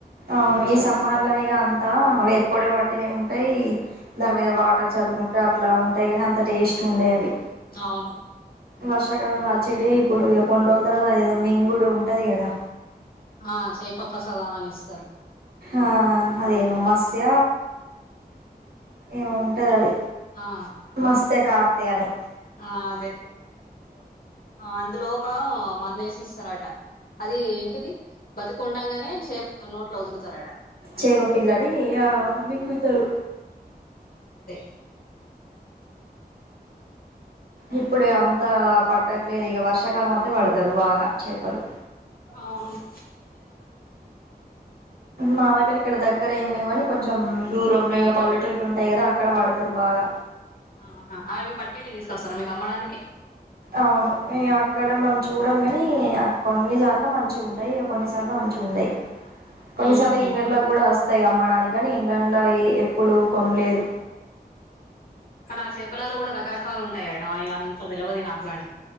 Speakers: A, on the right; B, on the left.
A: అవును
B: కొంచెం
A: ఈ సమ్మార్ల ఇగ అంతా వేప్పొడే వట్ ినే ఉంటాయి దాని మీద వాటర్ చల్లుకుంటే అట్లా టాయి కానీ అంత టేస్ట్ ఉండే యి అవి
B: అవును
A: వర్షాకాలంలా అచ్చేటే ఇప్పుడు ఇయ్ కొన్ని రోజుల తర్వాత అదిదో మింగుడు ఉంటది గదా
B: ఆ చేప ప్రసాదం అని ఇస్తారు
A: ఆ అదేమో మస్య ఏమో ఉంటది అది
B: ఆ
A: మస్తే కత్ త్యానీ
B: ఆ అదే అందులో ఒక మందేసిస్తారట అది ఏంటిది బతుకుడాంగానే చేప్ ఆ నోట్లో వదులుతరటా
A: చేప పిల్లని యా మింగుతారు
B: అదే
A: ఇప్పుడే అంత పట్టట్లేదు ఇగ వర్షాకాలం అంతే పడతారు బాగా చేపలు
B: అవును
A: మా దగ్గర ఇక్కడ దగ్గర ఏం లేవు కానీ కొంచెం దూరంలే ఇగ పల్లెటూర్లు ఉంటాయి గదా అక్కడ పడతరు బాగా
B: ఆహా అవి పట్టిటు తీసుకొస్తారా మీకు అమ్మడానికి
A: అవును, ఇంగ్ అక్కడ మనం చూడం గని. కొన్నిసార్లు మంచి ఉంటాయి, కొన్నిసార్లు మంచి ఉండయి కొన్నిసార్లు
B: ఉహు
A: ఇంగలో గుడా అస్ స్తాయి అమ్మడానికి గని ఇండ్లండ్లా అయి ఎప్పుడు కొన్లేదు
B: కడ చేపలలో కూడా రకరకాలు ఉంటాయట. అయి అంత తెలవది నాకు గాని